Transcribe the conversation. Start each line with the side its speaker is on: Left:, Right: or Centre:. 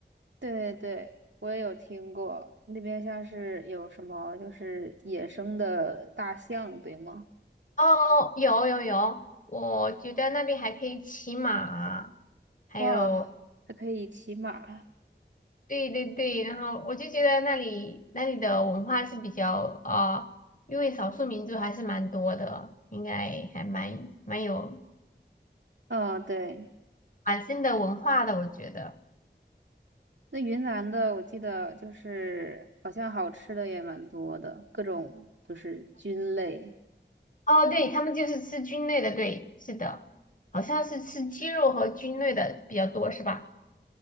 Right: 对对对，我也有听过，那边像是有什么就是野生的大象，对吗？
Left: 哦，有有有，我觉得那边还可以骑马，还有
Right: 哇，还可以骑马，
Left: 对对对，然后我就觉得那里那里的文化是比较啊、呃因为少数民族还是蛮多的，应该还蛮蛮有
Right: 嗯，对。
Left: 蛮深的文化的，我觉得。
Right: 那云南的，我记得就是好像好吃的也蛮多的，各种就是菌类。
Left: 哦，对，他们就是吃菌类的，对，是的，好像是吃鸡肉和菌类的比较多，是吧？